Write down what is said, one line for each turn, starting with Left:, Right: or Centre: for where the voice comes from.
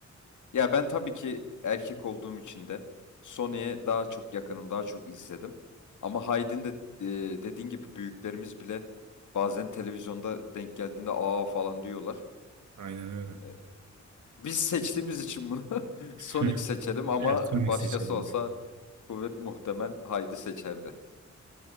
Left: Ya ben tabii ki erkek olduğum için de Sony'ye daha çok yakınım, daha çok izledim. Ama Hyde'in de e, dediğin gibi büyüklerimiz bile bazen televizyonda denk geldiğinde aa falan diyorlar.
Right: Aynen öyle.
Left: E, Biz seçtiğimiz için bunu <laughs> Sonic
Right: <laughs>
Left: seçelim ama
Right: Evet, Sonic
Left: başkası
Right: seçelim
Left: olsa
Right: ben.
Left: kuvvet muhtemel Haydi seçerdi.